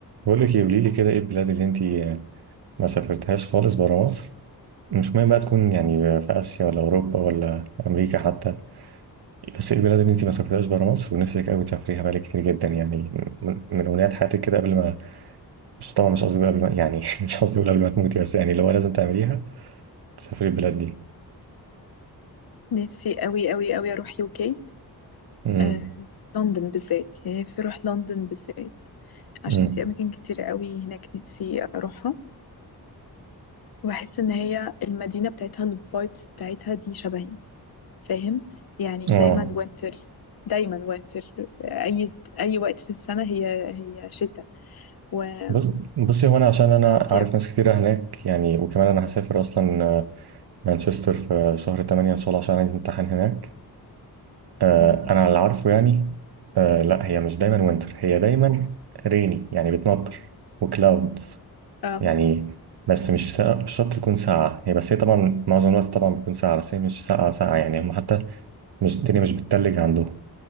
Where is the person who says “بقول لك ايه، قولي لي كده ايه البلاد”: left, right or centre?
Right